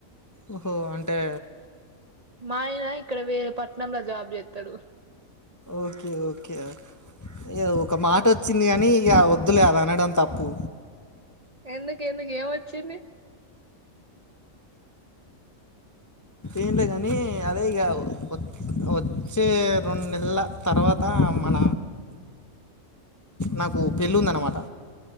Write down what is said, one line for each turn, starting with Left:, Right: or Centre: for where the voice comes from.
Left: ఓహో అంటే
Right: మా ఆయన ఇక్కడ వేరే పట్నంల జాబ్ చేస్తడు.
Left: ఓకే ఓకే యా ఇగ ఒక మాట వచ్చింది కానీ ఇగ వద్దులే అది అనడం తప్పు.
Right: ఎందుకు ఎందుకు ఎం వచ్చింది.
Left: ఏంలేదు కాని అదేఇగా వచ్చే రెండు నెలల తర్వాత మన నాకు పెళ్ళుందన్నమాట.